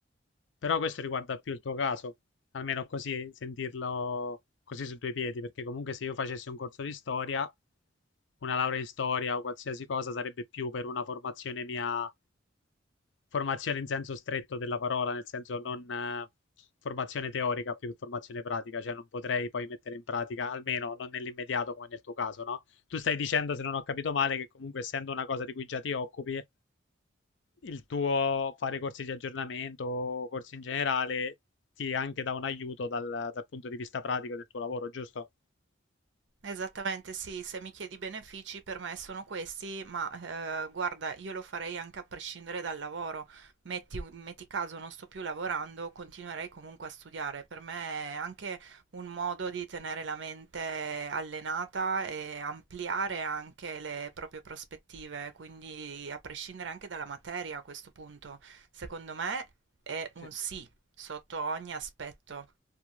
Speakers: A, on the left; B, on the right.
A: però questo riguarda più il tuo caso, almeno così sentirlo così su due piedi, perché comunque se io facessi un corso di storia, una laurea in storia o qualsiasi cosa sarebbe più per una formazione mia Formazione in senso stretto della parola, nel senso non eh, formazione teorica più che formazione pratica, cioè non potrei poi mettere in pratica, almeno non nell'immediato come nel tuo caso, no? Tu stai dicendo, se non ho capito male, che comunque essendo una cosa di cui già ti occupi, il tuo fare corsi di aggiornamento o corsi in generale ti anche dà un aiuto dal, dal punto di vista pratico del tuo lavoro, giusto?
B: Esattamente, sì, se mi chiedi benefici per me sono questi, ma eh, guarda, io lo farei anche a prescindere dal lavoro. Metti, metti caso non sto più lavorando, continuerei comunque a studiare. Per me è anche un modo di tenere la mente allenata e ampliare anche le proprie prospettive, quindi a prescindere anche dalla materia a questo punto, secondo me è un
A: Sì.
B: sì sotto ogni aspetto.